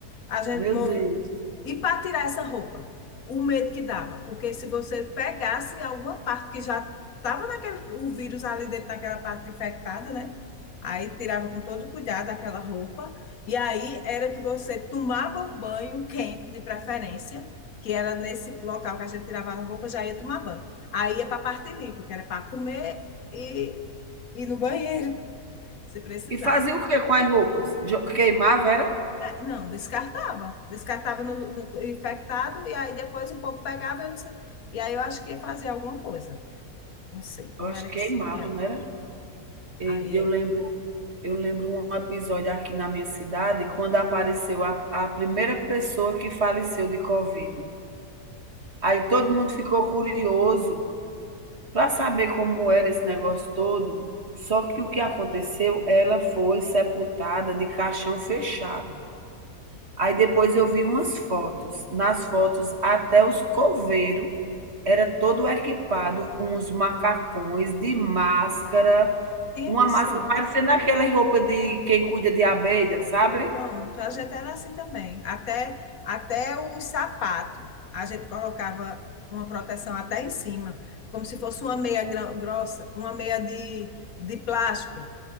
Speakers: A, on the left; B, on the right.
A: A gente
B: meu Deus.
A: e para tirar essa roupa, o medo que dava, porque se você pegasse alguma parte que já estava naquele, o vírus ali dentro naquela parte infectada, né? Aí tirava com todo cuidado aquela roupa, e aí era que você tomava um banho quente de preferência, que era nesse local que a gente tirava a roupa, já ia tomar banho. Aí ia para a parte limpa, que era para comer e ir no banheiro, <laughs> se precisasse.
B: E fazia o que com as roupas? Jo- Queimava, era?
A: É, não, descartava. Descartava no, no infectado e aí depois o povo pegava, eu não sei. E aí eu acho que fazia alguma coisa. Não sei como
B: Eu acho
A: era
B: que queimava,
A: que, se- que era.
B: não era? E
A: Aí
B: Eu
A: é,
B: lembro, eu lembro um episódio aqui na minha cidade, quando apareceu a, a primeira pessoa que faleceu de Covid. Aí todo mundo ficou curioso para saber como era esse negócio todo, só que o que aconteceu, ela foi sepultada de caixão fechado. Aí depois eu vi umas fotos, nas fotos até os coveiro era todo equipado com os macacões de máscara,
A: tinha
B: uma
A: que
B: máscara
A: ser.
B: parecendo aquela roupa de quem cuida de abelha, sabe?
A: Pronto, a gente era assim também. Até, até os sapatos. A gente colocava uma proteção até em cima, como se fosse uma meia gro- grossa, uma meia de, de plástico.